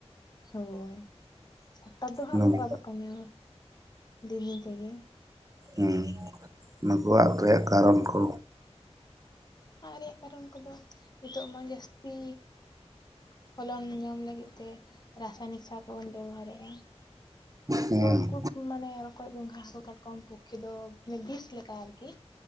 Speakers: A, on the left; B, on the right.
A: ᱦᱳᱭ ᱦᱚᱴᱟᱛ ᱫᱚ ᱦᱟᱸᱜ
B: ᱦᱩᱸ
A: ᱵᱟᱠᱚ ᱟᱫᱚᱜ ᱠᱟᱱᱟ ᱫᱤᱱ ᱫᱤᱱ ᱛᱮᱜᱮ᱾
B: ᱦᱮᱸ ᱱᱩᱠᱩ ᱟᱫᱽ ᱨᱮᱭᱟᱜ ᱠᱟᱨᱚᱱ ᱠᱚ
A: ᱟᱫᱽ ᱨᱮᱭᱟᱜ ᱠᱟᱨᱚᱱ ᱠᱚᱫᱚ ᱱᱤᱛᱚᱜ ᱢᱟ ᱡᱟᱹᱥᱛᱤ ᱯᱷᱚᱞᱚᱱ ᱧᱟᱢ ᱞᱟᱹᱜᱤᱫ ᱛᱮ ᱨᱟᱥᱟᱭᱱᱤᱠ ᱥᱟᱨ ᱠᱚᱵᱚᱱ ᱵᱮᱵᱚᱦᱟᱨᱮᱜ-ᱟ,
B: ᱦᱩᱸ
A: ᱛᱚ ᱩᱱᱠᱩ ᱢᱟᱱᱮ ᱨᱚᱠᱚᱡ ᱜᱚᱝᱜᱷᱟ ᱦᱟᱹᱠᱩ ᱠᱟᱴᱠᱚᱢ ᱯᱚᱠᱠᱷᱮ ᱫᱚ ᱢᱟᱱᱮ ᱵᱤᱥ ᱞᱮᱠᱟ ᱟᱨ ᱠᱤ